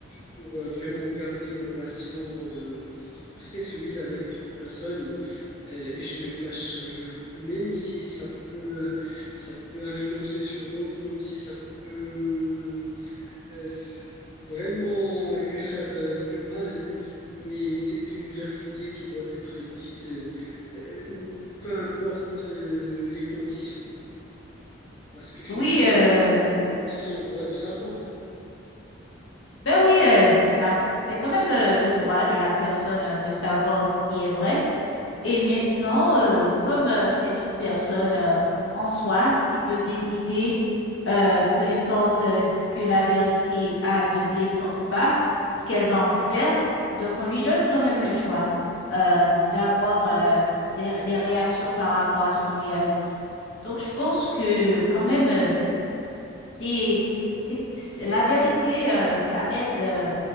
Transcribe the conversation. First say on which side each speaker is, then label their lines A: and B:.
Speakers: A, on the left; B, on the left.
A: pour euh, vraiment garder mes relations euh, très solides avec toute personne, euh, je ne cache rien. Même si ça peut, euh, ça peut influencer sur l'autre, même si ça peut euh, f- vraiment lui faire euh, du mal, mais c'est une vérité qui doit être dite, euh, euh, peu importe euh, les conditions, parce que finalement,
B: Oui, euh,
A: c'est son droit de savoir.
B: ben oui, euh, ça, c'est quand même euh, le droit de la personne euh, de savoir ce qui est vrai. Et maintenant, euh, comme euh, c'est une personne euh, en soi qui peut décider, euh, peu importe euh, ce que la vérité a de blessant ou pas, ce qu'elle va en faire, donc on lui donne quand même le choix euh, d'avoir euh, des, des réactions par rapport à ce qu'on lui a dit. Donc je pense que quand même, euh, c'est, c'est, c'est- la vérité, euh, ça aide euh,